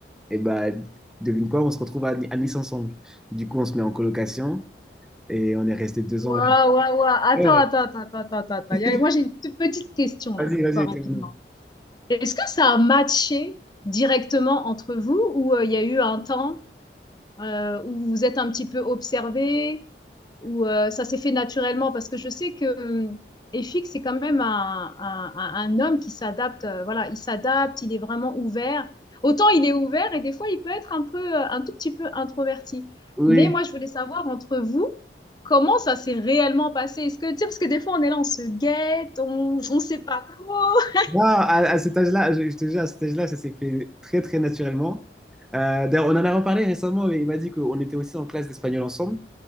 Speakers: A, in the centre; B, on the left.
A: Et bah, devine quoi, on se retrouve à, à Nice ensemble. Du coup, on se met en colocation et on est resté deux
B: Waouh,
A: ans là.
B: waouh, waouh. Attends,
A: Ouais.
B: attends, attends, attends, attends, attends.
A: <laughs>
B: Il y a- Moi, j'ai une toute petite question là
A: Vas-y,
B: pour
A: vas-y,
B: toi rapidement.
A: dis-moi.
B: Est-ce que ça a matché directement entre vous ou euh, il y a eu un temps euh, où vous vous êtes un petit peu observés ou euh, ça s'est fait naturellement parce que je sais que hum, Efik, c'est quand même un, un- un- un homme qui s'adapte. euh, voilà, il s'adapte, il est vraiment ouvert. Autant il est ouvert et des fois il peut être un peu, euh, un tout petit peu introverti.
A: Oui,
B: Mais moi, je voulais savoir entre vous, comment ça s'est réellement passé? Est-ce que, tu sais, parce que des fois on est là, on se guette, on ne sait pas trop.
A: Non, à, à cet âge-là, je, je te jure, à cet âge-là, ça s'est fait très, très naturellement. Euh, d'ailleurs, on en a reparlé récemment, mais il m'a dit qu'on était aussi en classe d'espagnol ensemble,